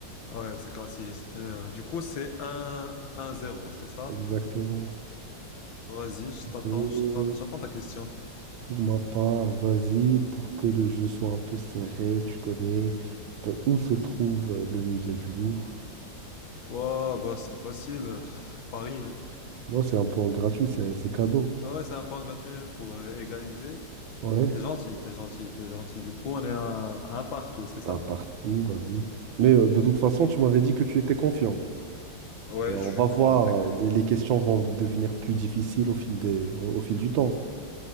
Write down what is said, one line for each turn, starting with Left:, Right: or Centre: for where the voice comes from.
Left: Ouais, c'est classique. Euh, du coup, c'est un un zéro, c'est ça?
Right: Exactement.
Left: Vas-y, je t'attends,
Right: Euh,
Left: je t'a- j'attends ta question.
Right: Pour ma part, vas-y, pour que le jeu soit un peu serré, tu connais ben, où
Left: Vas-y.
Right: se trouve euh, le musée du Louvre.
Left: Wow, bah c'est facile. <sighs> Paris. hein.
Right: Moi, c'est un point gratuit, c'est c'est cadeau.
Left: Ah ouais, c'est un point gratuit pour euh, égaliser.
Right: Ouais,
Left: T'es gentil, t'es gentil, t'es gentil. Du coup, on est à, à un partout, c'est ça?
Right: un partout, vas-y. Mais euh, de toute façon, tu m'avais dit que tu étais confiant.
Left: Ouais,
Right: Ben, on
Left: je suis
Right: va
Left: confiant,
Right: voir,
Left: t'inquiète.
Right: euh, les, les questions vont devenir plus difficiles au fil des, au, au fil du temps.